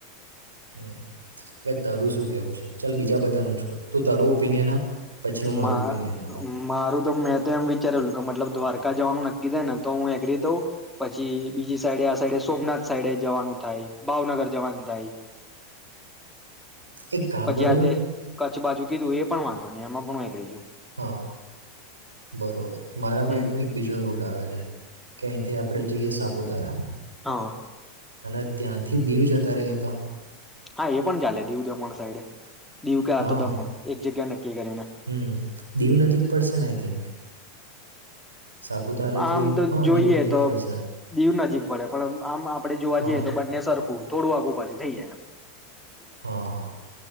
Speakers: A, on the right; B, in the centre.
A: ભાઈ તારું શું કેવું છે ચાલ બીજા બધા ને છોડ તુ તારું ઓપિનિયન આપ. પછી હું મારું
B: માંર
A: ઓપિનિયન આપું.
B: તો મારું તો મેં તો એમ વિચારેલું કે મતલબ દ્વારકા જવાનું નક્કી થાય ને તો હું એગ્રી થઉ, પછી બીજી સાઈડે આ સાઈડે સોમનાથ સાઈડે જવાનું થાય ભાવનગર જવાનું થાય
A: એક કામ
B: પછી
A: કરવું
B: આ જે
A: છે
B: કરછ બાજુ કીધું એ પણ વાંધો ને એમાં પણ હું એગ્રી છું.
A: હા બરોબર મારા માઈન્ડમાં
B: હમ
A: એક બીજો રૂટ આવે છે કે અહીંથી આપણે જઈએ સાપ ઉતારા.
B: હ અ.
A: અને ત્યાંથી દીવ જતા રઈ તો.
B: હા એ પણ ચાલે દીવું દમણ સાઈડે. દીવ કે
A: હા
B: આ તો દમણ એક જગ્યા નક્કી કરીને
A: હમ્મ દીવ નજીક પડશે ને આઈ થિંક. સાપુતારાથી
B: આમ તો
A: હા
B: જોઈએ
A: દીવ નજીક
B: તો
A: પડશે.
B: દીવ નજીક પડે પણ આમ આપડે જોવા
A: હા,
B: જઈએ તો બંને સરખું. થોડું આગું પાછુ થઈ જાય એમ.
A: હ હ